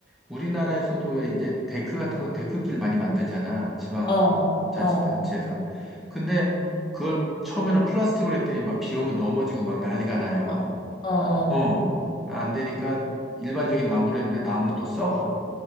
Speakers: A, in the centre; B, on the left.
A: 우리나라에서도 왜 이제 데크 같은 거, 데크길 많이 만들잖아. 지방자치단체에서.
B: 어, 어.
A: 근데 그걸 처음에는 플라스틱으로 했더니 막 비 오면 넘어지고 막 난리가 나요.
B: 어, 어,
A: 어. 안 되니까 일반적인 나무로 했는데 나무는 또 썩어.